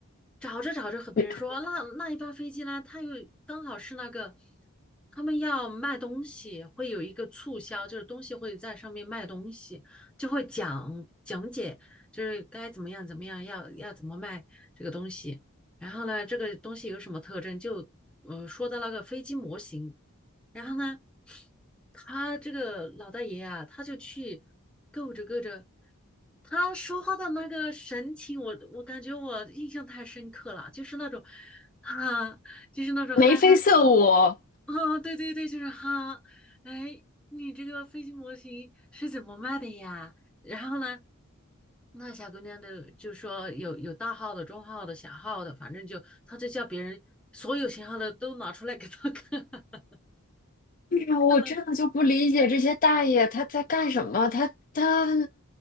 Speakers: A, in the centre; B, on the left (about 35°).
A: 找着找着和别人说，
B: 眉
A: 那那一班飞机呢，它又刚好是那个他们要卖东西，会有一个促销，就是东西会在上面卖东西，就会讲讲解，就是该怎么样怎么样，要要怎么卖这个东西，然后呢，这个东西有什么特征，就呃说到那个飞机模型。然后呢，他这个老大爷啊，他就去够着够着，他说话的那个神情，我我感觉我印象太深刻了，就是那种啊，就是那种憨憨的。
B: 眉飞色舞。
A: 啊，对对对，就是哈，哎，你这个飞机模型是怎么卖的呀？然后呢，那小姑娘的就说有有大号的、中号的、小号的，反正就她就叫别人所有型号的都拿出来给她看，<laughs>
B: 哎呀，我真的就不理解这些大爷他在干什么？
A: 看了。
B: 他他